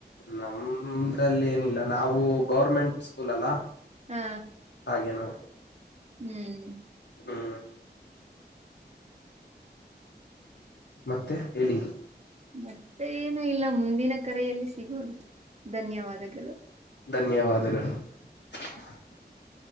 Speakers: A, on the left; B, on the right.
A: ನಮ್ರಲ್ಲಿ ಏನಿಲ್ಲ ನಾವು ಗೌರ್ಮೆಂಟ್ ಸ್ಕೂಲ್ ಅಲ್ಲ
B: ಹಾ
A: ಹಾಗೆ ನಾವು
B: ಹ್ಮ್
A: ಹ ಮತ್ತೆ ಹೇಳಿ
B: ಮತ್ತೆ ಇ ಇಲ್ಲ ಮುಂದಿನ ಕರೆಯಲ್ಲಿ ಸಿಗೋನ ಧನ್ಯವಾದಗಳು
A: ಧನ್ಯವಾದಗಳು. <unintelligible>